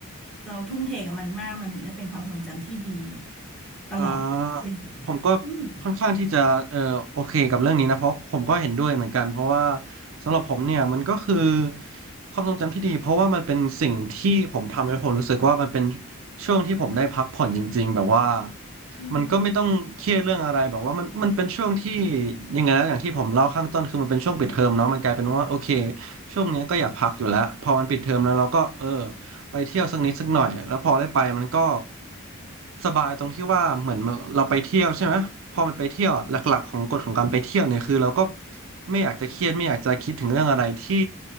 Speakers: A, in the centre; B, on the right.
A: เราทุ่มเทกับมันมากมันถึงได้เป็นความทรงจำที่ดีตลอดเวลา
B: อ่าผมก็
A: อืม
B: ค่อนข้างที่จะเออโอเคกับเรื่องนี้นะเพราะผมก็เห็นด้วยเหมือนกันเพราะว่าสำหรับผมเนี่ยมันก็คือความทรงจำที่ดีเพราะว่ามันเป็นสิ่งที่ผมทำแล้วผมรู้สึกว่ามันเป็นช่วงที่ผมได้พักผ่อนจริงๆแบบว่า
A: อืม
B: มันก็ไม่ต้องเครียดเรื่องอะไรแบบว่ามันมันเป็นช่วงที่ยังไงนะอย่างที่ผมเล่าข้างต้นคือมันเป็นช่วงปิดเทอมเนาะมันกลายเป็นว่าโอเคช่วงเนี้ยก็อยากพักอยู่แล้วพอมันปิดเทอมแล้วเราก็เออ ไปเที่ยวสักนิดสักหน่อยแล้วพอได้ไปมันก็สบายตรงที่ว่าเหมือนเราไปเที่ยวใช่ไหมพอมันไปเที่ยวอะหลักๆของกฎของการไปเที่ยวเนี่ยคือเราก็ไม่อยากจะเครียดไม่อยากจะคิดถึงเรื่องอะไรที่